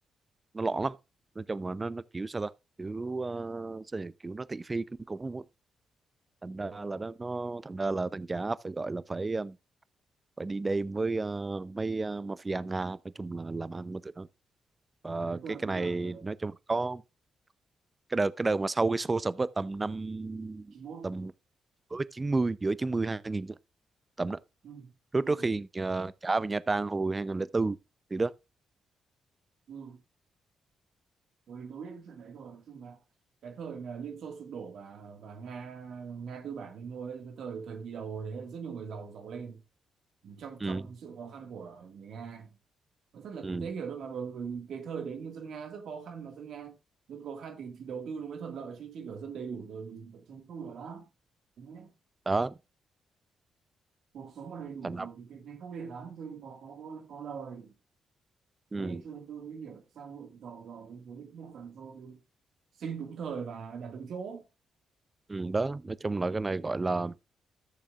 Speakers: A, on the right (about 25°); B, on the right (about 65°).
A: nó loạn lắm nói chung là nó nó kiểu sao ta kiểu ờ, sao nhỉ? kiểu nó thị phi kinh khủng luôn á thành ra
B: ừ.
A: là nó, nó thành ra là thằng chả phải gọi là phải ờ, phải đi đêm với ờ, mấy ờ, mafia Nga nói chung là làm ăn với tụi nó và
B: cái đợt
A: cái cái
B: cái
A: này
B: đợt ờ,
A: nói chung là có cái đợt cái đợt mà sau cái show sập á tầm năm
B: chín 91
A: tầm giữa chín mươi giữa 90 2000 á, tầm đó
B: ừ.
A: trước
B: Ừ.
A: trước khi ờ, trả về Nha Trang hồi 2004 thì đó
B: Ừ, tôi tôi biết trận đấy rồi nói chung là cái thời là Liên Xô sụp đổ và và Nga Nga tư bản lên ngôi ấy, cái thời thời kỳ đầu đấy rất nhiều người giàu giàu lên trong
A: ừ
B: trong sự khó khăn của người Nga nó rất là
A: ừ
B: cũng dễ hiểu thôi mà bởi vì cái thời đấy dân Nga rất khó khăn mà dân Nga dân khó khăn thì thì đầu tư nó mới thuận lợi chứ chứ kiểu dân đầy đủ rồi thì vẫn chống tu được đó Thế nhé.
A: đó
B: cuộc sống mà đầy đủ
A: thành
B: rồi
A: lập
B: thì cái này không đẹp lắm cho nên có có có, có lời đấy
A: ừ
B: cho nên tôi mới hiểu tại sao hội giàu giàu với với một phần do tôi sinh đúng thời và đạt đúng chỗ
A: ừ đó nói chung là cái này gọi là